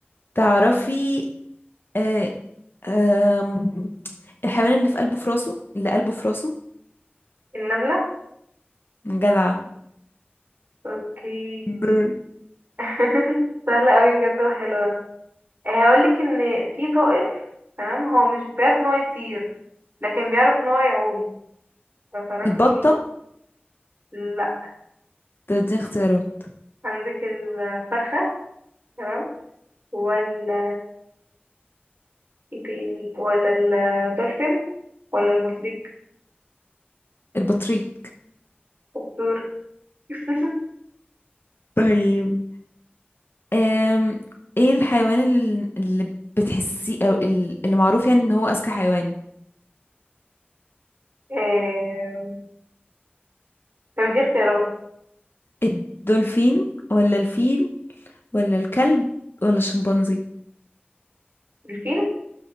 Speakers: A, on the left; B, on the right.
A: تعرفي آه، آم، الحيوان اللي في قلبه في راسه اللي قلبه في راسه
B: النملة
A: جدعة
B: أوكي
A: دوري
B: <laughs> سهلة أوي بجد وحلوة هقولك إن في طائر تمام هو مش بيعرف إن هو يطير لكن بيعرف إن هو يعوم فتعرفي
A: البطة
B: لأ
A: ده دي اختيارات
B: عندك الفرخة تمام ولا ايه تاني ولا الدولفين ولا البطريق
A: البطريق
B: الطور <laughs>
A: طيب أم ايه الحيوان اللي, اللي بتحسيه او ال- اللي معروف يعني ان هو اذكى حيوان
B: آه... طب دي اختيارات
A: الدولفين ولا الفيل ولا الكلب ولا الشمبانزي
B: الفيل